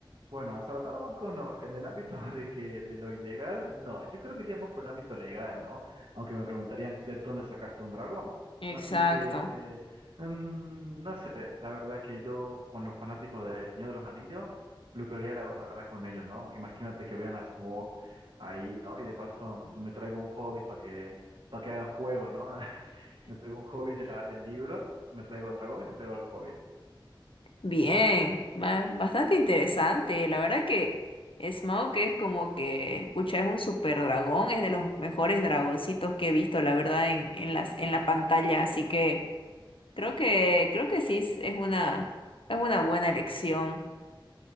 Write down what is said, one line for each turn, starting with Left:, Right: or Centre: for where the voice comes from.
Right: Bueno, asaltar bancos no, en el ámbito <laughs> de que de lo ilegal, no. Yo creo que iríamos por el ámbito legal, ¿no? Aunque me preguntarían de dónde sacaste un dragón.
Left: Exacto.
Right: Así que, mm, no sé, la verdad que yo con los fanáticos de Señor de los Anillos, lucraría la, la verdad con ellos, ¿no? Imagínate que vean a Smaug ahí, ¿no? Y de paso mm, me traigo un hobbit para que, para que haga juego, ¿no? <laughs> Me traigo un hobbit de la- del libro, me traigo al dragón y me traigo al hobbit.
Left: Bien, ba- bastante interesante. La verdad que Smaug es como que, pucha, es un super dragón, es de los mejores dragoncitos que he visto, la verdad, en, en las, en la pantalla. Así que creo que, creo que sí es es una, es una buena elección.